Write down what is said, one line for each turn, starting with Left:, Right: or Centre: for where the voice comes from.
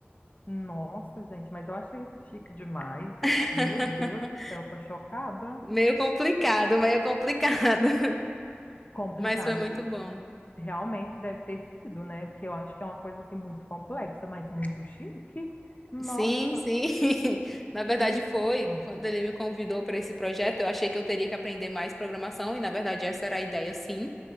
Left: Nossa, gente, mas eu achei isso chique demais.
Centre: <laughs>
Left: Meu Deus do céu, tô chocada.
Centre: Meio complicado, meio complicado. <laughs>
Left: Complicada.
Centre: Mas foi muito
Left: E
Centre: bom.
Left: Realmente deve ter sido, né? Porque eu acho que é uma coisa assim muito complexa, mas muito chique. Nossa,
Centre: Sim, sim. <laughs> Na verdade
Left: que isso?
Centre: foi. Quando ele me convidou para esse projeto, eu achei que eu teria que aprender mais programação e na verdade essa era a ideia, sim.